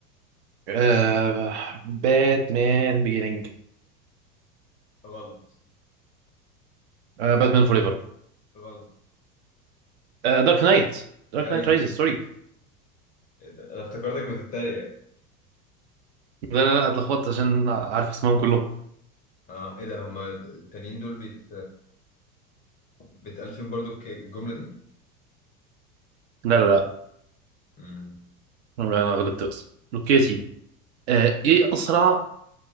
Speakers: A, on the right (about 45°); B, on the left (about 20°).
A: آه باتمان بيجيننج
B: غلط
A: آه باتمان فور ايفر
B: غلط
A: آه دارك نايت دارك
B: ايوه
A: نايت رايزز سوري
B: إيه ده؟ انا افتكرتك بتتريق
A: لا لا لا اتلخبطت عشان عارف اسمهم كلهم
B: اه ايه ده هما التانيين دول بيت بيتقال فيهم برضو الك- الجملة دي
A: لا لا لا
B: مم.
A: لا، انا غلطت بس اوكي يا سيدي آه ايه اسرع